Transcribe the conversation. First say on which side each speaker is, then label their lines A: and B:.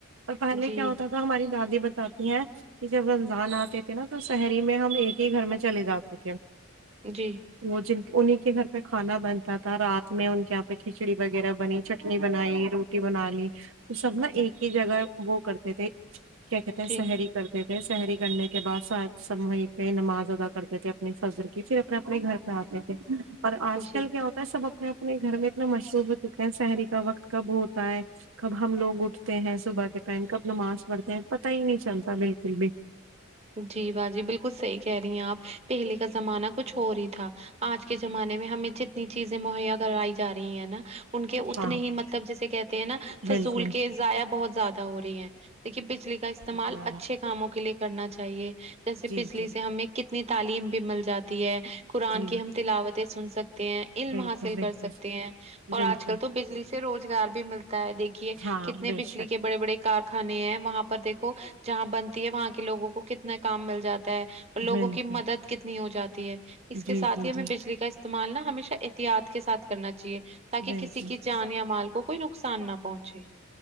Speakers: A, on the right; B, on the right.
A: اور پہلے
B: جی
A: کیا ہوتا ہماری دادی بتاتی ہیں کہ جب رمضان آتے تھے نا تو صہری میں ہم ایک ہی گھر میں چلے جاتے تھے
B: جی
A: وہ جن انہی کے گھر میں کھانا بنتا تھا رات میں ان کے یہاں پہ کھچڑی وغیرہ بنی چٹنی بنائی روٹی بنا لی تو سب نا ایک ہی جگہ وہ کرتے تھے کیا کہتے ہیں
B: جی
A: سہری کرتے تھے سحری کرنے کے بعد ساتھ سب وہیں پہ نماز ادا کرتے تھے اپنی فجر کی صرف اپنے گھر پہ آتے تھے اور آج
B: جی
A: کل کیا ہوتا سب اپنے اپنے گھر میں اتنا مشرور ہو چکے ہیں سحری کا وقت کب ہوتا ہے کب ہم لوگ اٹھتے ہیں صبح کے ٹائم کب نماز پڑھتے ہیں پتا ہی نہیں چلتا بالکل بھی
B: جی با جی بالکل صحیح کہہ رہی ہیں آپ پہلے کا زمانہ کچھ اور ہی تھا آج کے زمانے میں ہمیں جتنی چیزیں مہیا کرائی جا رہی ہیں نا ان کے اتنے
A: ہاں
B: ہی مطلب جیسے کہتے ہیں نا فضول
A: بالکل
B: کے ضائع بہت زیادہ ہو رہی ہیں دیکھیے بجلی کا استعمال
A: بالکل
B: اچھے کاموں کے لیے کرنا چاہیے جیسے
A: جی
B: بجلی
A: جی
B: سے ہمیں کتنی تعلیم بھی مل جاتی ہے قرآن
A: جی
B: کی ہم تلاوتیں سن سکتے ہیں علم
A: بالکل
B: حاصل
A: بالکل
B: کر سکتے ہیں اور
A: بالکل
B: آج کل تو بجلی سے سے روزگار بھی ملتا ہے دیکھیے
A: ہاں
B: کتنے
A: بے
B: بجلی
A: شک
B: کے بڑے بڑے کارخانے ہیں وہاں پر دیکھو جہاں بنتی ہے وہاں کے لوگوں کو کتنا کام مل جاتا ہے لوگوں
A: بالکل
B: کی مدد کتنی ہو جاتی ہے اس کے
A: جی
B: ساتھ
A: جی
B: ہی ہمیں
A: جی
B: بجلی کا استعمال نہ ہمیشہ احتیاط کے ساتھ کرنا چاہیے تاکہ
A: بالکل
B: کسی کی جان یا مال کو کوئی نقصان نہ پہنچے